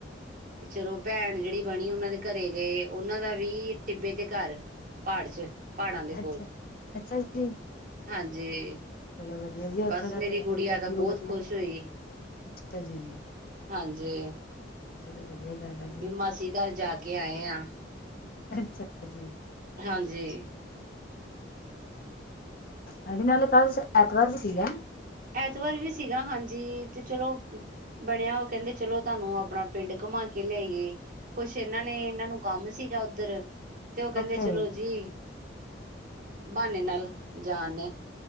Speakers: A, on the right; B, on the left.
A: ਚਲੋ ਪੈਣ ਜਿਹੜੀ ਬਣੀ ਉਹਨਾਂ ਦੇ ਕਰੇ ਗਏ ਉਹਨਾਂ ਦਾ ਵੀ ਟਿੱਬੇ ਤੇ ਕਰ ਪਹਾੜ ਚ, ਪਹਾੜਾਂ ਦੇ ਕੋਲ,
B: ਅੱਛਾ, ਅੱਛਾ ਜੀ।
A: ਹਾਂਜੀ।
B: ਚਲੋ ਵਧਆ ਜੀ, ਉਥੋਂ
A: ਬਸ
B: ਦਾ
A: ਮੇਰੀ
B: ਤਾਂ
A: ਗੁੜੀਆ
B: ਫੇਰ
A: ਤਾਂ
B: ਵਿਊ
A: ਬਹੁਤ
B: ਵਧੀਆ,
A: ਖੁਸ਼ ਹੋਈ
B: ਅੱਛਾ ਜੀ।
A: ਹਾਂਜੀ,
B: ਚਲੋ ਵਧੀਆ ਗੱਲ ਆ ਜੀ
A: ਵੀ ਮਾਸੀ ਕਰ ਜਾ ਕੇ ਆਏ ਹਾਂ।
B: ਅੱਛਾ। ਜੀ।
A: ਹਾਂਜੀ।
B: ਹਾਂਜੀ ਨਾਲੇ ਕੱਲ ਐਤਵਾਰ ਵੀ ਸੀਗਾ।
A: ਐਤਵਾਰ ਵੀ ਸੀਗਾ ਹਾਂਜੀ, ਤੇ ਚਲੋ ਬਣਿਆ ਉਹ ਕਹਿੰਦੇ ਚਲੋ ਤੁਹਾਨੂੰ ਆਪਣਾ ਪਿੰਡ ਘੁਮਾ ਕੇ ਲਿਆਈਏ ਕੁਛ ਇਹਨਾਂ ਨੇ ਇਹਨਾਂ ਨੂੰ ਕੰਮ ਸੀਗਾ ਉਧਰ ਤੇ ਉਹ ਕਹਿੰਦੇ
B: ਓਕੇ
A: ਚਲੋ ਜੀ। ਬਹਾਨੇ ਨਾਲ ਜਾ ਆਨੇ।